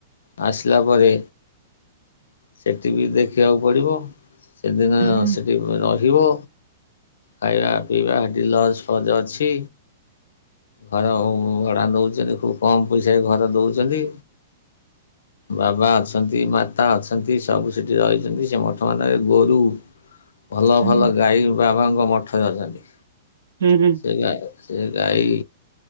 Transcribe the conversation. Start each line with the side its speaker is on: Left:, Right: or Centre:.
Left: ଆସିଲା ପରେ ସେଠିବି ଦେଖିବାକୁ ପଡ଼ିବ। ସେଦିନ
Right: ହୁଁ ହୁଁ
Left: ସେଠି ବି ରହିବ। ଖାଇବା ପିଇବା ହେଟି ଲଜ ଫଜ୍ ଅଛି। ଘରଓଁ ଉଁ ଭଡା ନଉଛନ୍ତି। ଖୁବ୍ କମ ପଇସା ଘର ଦଉଛନ୍ତି। ବାବା ଅଛନ୍ତି ମାତା ଅଛନ୍ତି ସବୁ ସେଠି ରହିଛନ୍ତି। ସେ ମଠ ମାନଙ୍କରେ ଗୋରୁ ଭଲ
Right: ହୁଁ
Left: ଭଲ ଗାଈ ବାବାଙ୍କ ମଠରେ ଅଛନ୍ତି।
Right: ହୁଁ ହୁଁ।
Left: ଆଜ୍ଞା ଆଜ୍ଞା ସେ ଗାଈ